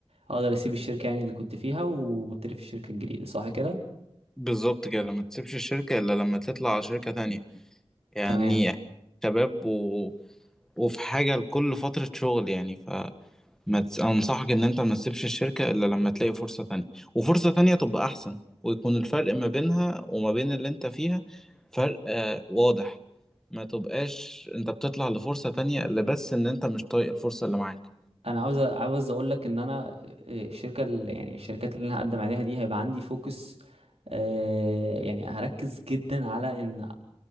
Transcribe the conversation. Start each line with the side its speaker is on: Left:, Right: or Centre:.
Right: اقدر اسيب الشركة يعني اللي كنت فيها وابتدي في الشركة الجديدة صح كده
Centre: بالظبط كده ما تسيبش الشركة الا لما تطلع على شركة تانية يعني
Right: تمام
Centre: شباب و... وفي حاجة لكل فترة شغل يعني ما تس... انصحك ان انت ما تسيبش الشركة الا لما تلاقي فرصة تانية وفرصة تانية تبقى احسن ويكون الفرق ما بينها وما بين اللي انت فيها فرق آه واضح ما تبقاش انت بتطلع لفرصة تانية الا بس ان انت مش طايق الفرصة اللي معاك
Right: انا عاوز عاوز اقول لك ان انا آه، الشركه اللي يعني الشركات اللي انا هقدم عليها دي هيبقى عندي فوكس آه، يعني هركز جدا على ان